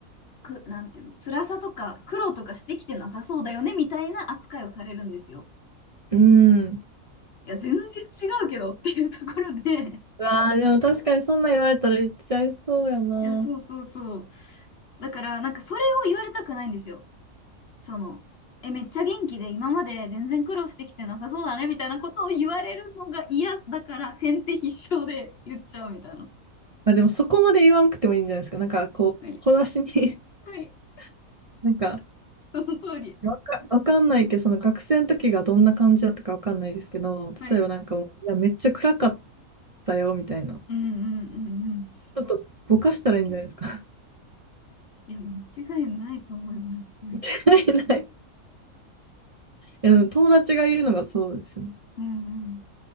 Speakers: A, on the left (about 50°); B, on the right (about 35°).
A: く、なんていうの、辛さとか苦労とかしてきてなさそうだよねみたいな扱いをされるんですよ。
B: うん。
A: いや、全然違うけどっていうところで
B: うわあでも確かにそんなん言われたら言っちゃいそうやな。
A: <laughs> いや、そうそうそう。だから、なんかそれを言われたくないんですよ。その、え、めっちゃ元気で今まで全然苦労してきてなさそうだねみたいなことを言われるのが嫌だから先手必勝で言っちゃうみたいな。
B: まあでもそこまで言わんくてもいいんじゃないですか。なんかこう、
A: はい。
B: 小出しに
A: はい。
B: <laughs> なんか、
A: その通り。
B: わか、わかんないけど、その学生の時がどんな感じだったかわかんないですけど、
A: はい。
B: 例えばなんかもう、いや、めっちゃ暗かったよ、みたいな。
A: うんうんうんうん。
B: ちょっとぼかしたらいいんじゃないですか。
A: いや、間違いないと思います。
B: <laughs> ないない。<laughs> いやでも友達が言うのがそうですね。
A: うんうん。